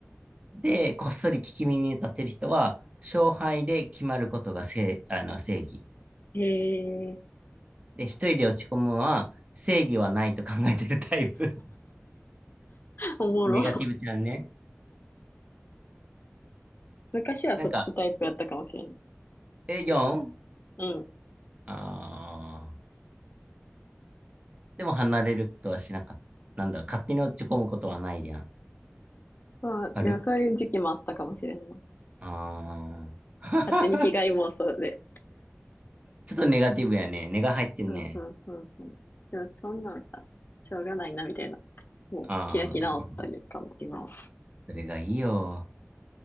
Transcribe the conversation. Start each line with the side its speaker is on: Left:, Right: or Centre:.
Right: で、こっそり聞き耳に立てる人は、勝敗で決まることが正、あの、正義。
Left: へえ、
Right: で、一人で落ち込むのは、正義はないと考えてるタイプ。<laughs>
Left: おもろ。
Right: ネガティブちゃんね。
Left: <laughs> 昔はそっちタイプやったかもしれんな。
Right: なんか、え、4?
Left: うん。
Right: あー。でも離れることはしなかった。なんだ、勝手に落ち込むことはないやん。
Left: まあ、でもそういう時期もあったかもしれんな。
Right: あるああ。
Left: 勝手に被害妄想で。
Right: <laughs> ちょっとネガティブやね。ネが入ってんね。
Left: そうそうそうそう。でもそんなんさ、しょうがないな、みたいな。もう開き直ったりかも、
Right: ああ。
Left: 今は。
Right: それがいいよ。